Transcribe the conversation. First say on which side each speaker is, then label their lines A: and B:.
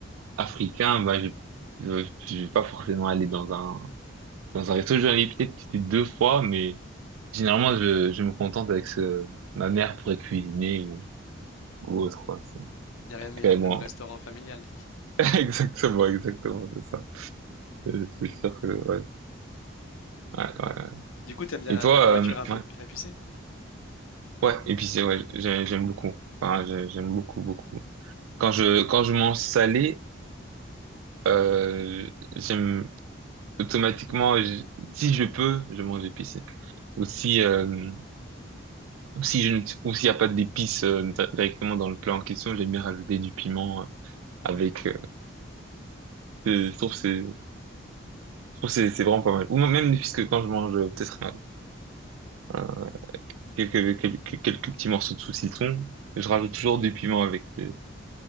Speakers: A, on the right; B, on the left.
A: africain, bah, je, je, je vais pas forcément aller dans un, dans un resto. Je vais aller peut-être peut-être deux fois, mais généralement, je, je me contente avec ce, ma mère pourrait cuisiner ou, ou autre, quoi.
B: Il n'y a rien de meilleur
A: Très loin.
B: que le restaurant familial.
A: <laughs> Exactement, exactement, c'est ça. Euh, C'est sûr que, ouais. Ouais, ouais, ouais.
B: Du coup, t'aimes bien
A: Et
B: la,
A: toi,
B: la nourriture
A: euh,
B: un peu
A: ouais,
B: épi- épicée?
A: ouais, épicé, ouais, j'ai-
B: Mm.
A: j'aime beaucoup. Enfin, j'ai- j'aime beaucoup, beaucoup. Quand je, quand je mange salé, euh, j'aime automatiquement, je- si je peux, je mange épicé. Ou si, euh, ou si je, ne- ou s'il n'y a pas d'épices euh, di- directement dans le plat en question, j'aime bien rajouter du piment euh, avec, euh, c'est- je trouve que c'est, je trouve que c'est c'est vraiment pas mal. Ou même, puisque quand je mange, euh, peut-être, un, quelques, quelques, quelques petits morceaux de saucisson. Je rajoute toujours du piment avec. euh,